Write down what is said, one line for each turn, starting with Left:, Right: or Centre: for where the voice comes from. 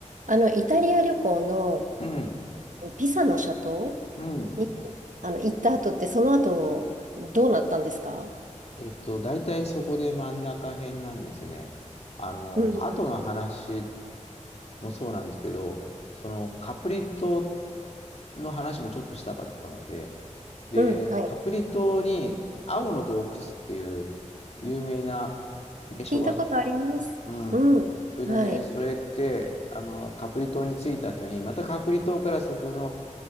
Right: あの、イタリア旅行の
Left: うん、
Right: ピサの斜塔
Left: うん。
Right: に、あの、行った後って、その後、どうなったんですか
Left: えっと、大体そこで真ん中辺なんですね。あの、
Right: うん、うん、
Left: 後の話もそうなんですけど、そのカプリ島の話もちょっとしたかったので、で、
Right: うんはい。
Left: カプリ島に青の洞窟っていう有名な名所があって、
Right: 聞いたことあります。
Left: うん。
Right: うん、
Left: それでね、
Right: はい。
Left: それって、あの、カプリ島に着いた後に、またカプリ島からそこの、